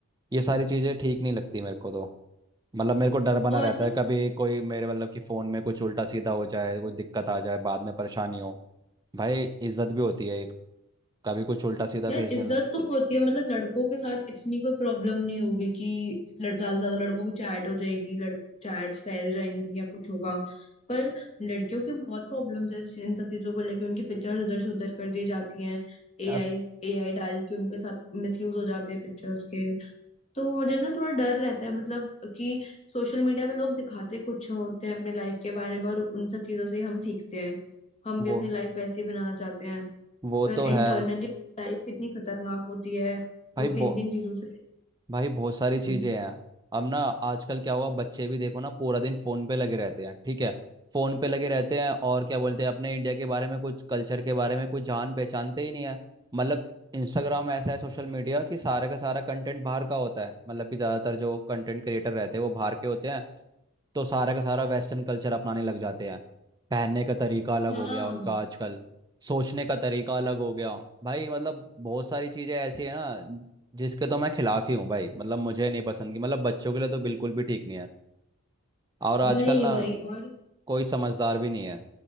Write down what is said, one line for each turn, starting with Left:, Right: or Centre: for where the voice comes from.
Right: ये सारी चीज़ें ठीक नहीं लगती मेरे को तो मतलब मेरे को डर बना
Left: और
Right: रहता
Left: ना
Right: है कभी कोई मेरे मतलब कि फ़ोन में कुछ उल्टा सीधा हो जाए कोई दिक्कत आ जाए बाद में परेशानी हो भाई इज्जत भी होती है एक कभी कुछ उल्टा सीधा
Left: यार
Right: भेजने
Left: इज्जत
Right: लग
Left: तो होती है मतलब लड़कों के साथ इतनी कोई प्रॉब्लम नहीं होगी कि लड़- ज्यादा से ज्यादा लड़कों की चैट हो जाएगी लड़ चैट्स फैल जाएंगी या कुछ होगा पर लड़कियों की बहुत प्रॉब्लम्स है इस- इन सब चीजों को लेके उनकी पिक्चर्स उधर से उधर कर दी जाती हैं एआई
Right: अब
Left: एआई डाल के उनके साथ मिसयूज हो जाते हैं पिक्चर्स के तो मुझे ना थोड़ा डर रहता है मतलब कि सोशल मीडिया पे लोग दिखाते कुछ होते हैं अपने लाइफ के बारे में और उन सब चीजों से ही हम सीखते हैं हम
Right: वो
Left: भी अपनी लाइफ वैसी बनाना चाहते हैं
Right: वो
Left: पर
Right: तो
Left: इंटरनली
Right: है
Left: लाइफ कितनी खतरनाक होती है
Right: भाई
Left: वो किन
Right: बो
Left: किन चीजों से
Right: भाई बहुत सारी चीजें
Left: हम्म,
Right: हैं अब ना आजकल क्या हुआ बच्चे भी देखो ना पूरा दिन फोन पे लगे रहते हैं ठीक है फोन पे लगे रहते हैं और क्या बोलते हैं अपने इंडिया के बारे में कुछ कल्चर के बारे में कुछ जान पहचानते ही नहीं है मतलब इंस्टाग्राम ऐसा है सोशल मीडिया कि सारे का सारा कंटेंट बाहर का होता है मतलब कि ज्यादातर जो कंटेंट क्रिएटर रहते हैं वो बाहर के होते हैं तो सारा का सारा वेस्टर्न कल्चर अपनाने लग जाते हैं पहनने का तरीका अलग
Left: हाँ
Right: हो गया उनका आजकल सोचने का तरीका अलग हो गया भाई मतलब बहुत सारी चीज़ें ऐसी है ना जिसके तो मैं खिलाफ ही हूँ भाई मतलब मुझे नहीं पसंद की मतलब बच्चों के लिए तो बिल्कुल भी ठीक नहीं है और आजकल
Left: वही
Right: ना
Left: वही और
Right: कोई समझदार भी नहीं है